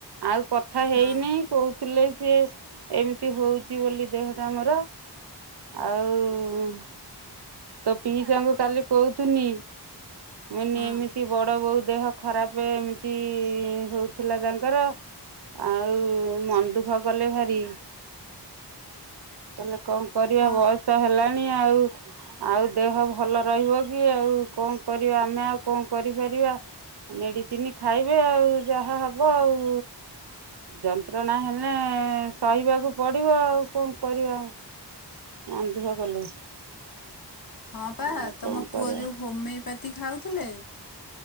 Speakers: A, on the right (about 70°); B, on the left (about 55°).
A: ଆଉ କଥା ହେଇନି
B: ହଁ
A: କହୁଥିଲେ ସିଏ ଏମିତି ହଉ ଛି ବୋଲି ଦେହଟା ଆମର ଆଉ ତ ପିଇସାଙ୍କୁ କାଲି କହୁଥୁନି ମାନେ
B: ହଁ
A: ଏମିତି ଏମିତି ବଡ ବୋଉ ଦେହ ଖରାପ ଏମିତି ହଉଥିଲା ତାଙ୍କର ଆଉ ମନ ଦୁଃଖ କଲେ ଭାରି। ତାହେଲେ କଣ କରିବା
B: ହଁ
A: ବୟସ ହେଲାଣି ଆଉ। ଆଉ ଦେହ ଭଲ ରହିବ କି ଆଉ କଣ କରିବା ଆମେ ଆଉ କଣ କରିପାରିବା। ମେଡ଼ିସିନ ଖାଇବେ ଆଉ ଯାହା ହବ ଆଉ। ଯନ୍ତ୍ରଣା ହେଲେ ସହିବାକୁ ପଡ଼ିବ ଆଉ କଣ କରିବା ମନ ଦୁଃଖ କଲେ
B: ହଁ ପା
A: ଆଉ
B: ତମ
A: କଣ
B: ପୁଅ
A: କରିବା
B: ଯୋଉ ହୋମିଓପାଥି ଖାଉଥିଲେ?